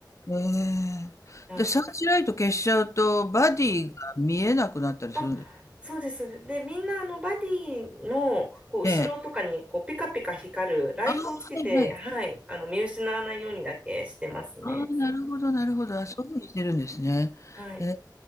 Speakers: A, on the left; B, on the right.
A: ええ。
B: はい。
A: で、サーチライト消しちゃうと、バディが見えなくなったりするんです。
B: あ、そうです。で、みんなあのバディのこう後ろとかにこうピカピカ光るライトをつけて、
A: ええ。ああ、はい、はい。
B: はい、あの見失わないようにだけしてますね。
A: ああ、なるほどなるほど。あ、そういうふうにしてるんですね。
B: うん。はい。
A: へ